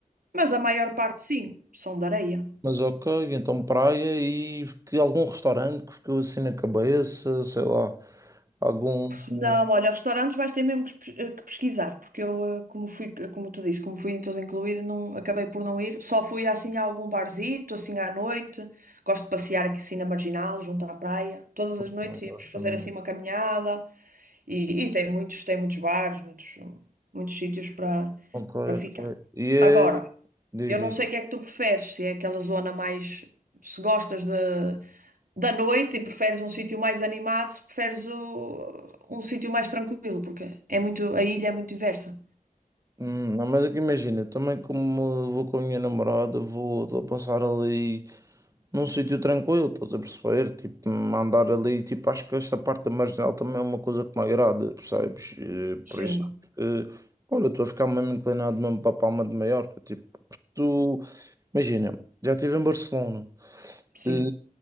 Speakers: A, on the right; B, on the right.
A: Mas a maior parte, sim, são de areia.
B: Mas ok, então praia e que algum restaurante que ficou assim na cabeça, sei lá, algum. Bom,
A: Não, olha, restaurantes vais ter mesmo que pes- eh, que pesquisar, porque eu, eh, como fui, eh, como tu disse, como fui em tudo incluído, não, acabei por não ir. Só fui assim a algum barzito, assim à noite. Gosto de passear aqui assim na Marginal, junto à praia. Todas as noites
B: também gosto
A: íamos fazer
B: também.
A: assim uma caminhada. E, e tem muitos, tem muitos bares, muitos, muitos sítios para
B: Ok,
A: para ficar.
B: ok. E
A: Agora,
B: é. Diz,
A: eu
B: diz.
A: não sei o que é que tu preferes, se é aquela zona mais, se gostas de da noite e preferes um sítio mais animado, se preferes o- um sítio mais tranquilo, porque é muito, a ilha é muito diversa.
B: Hum, não, mas é que imagina, também como vou com a minha namorada, vou, estou a passar ali. num sítio tranquilo, estás a perceber? Tipo, andar ali, tipo, acho que esta parte da marginal também é uma coisa que me agrada, percebes? Eh,
A: Sim,
B: por isso, eh, olha, estou a ficar mesmo inclinado mesmo para a Palma de Maiorca, tipo, porque tu, imagina, já estive em Barcelona,
A: sim.
B: eh,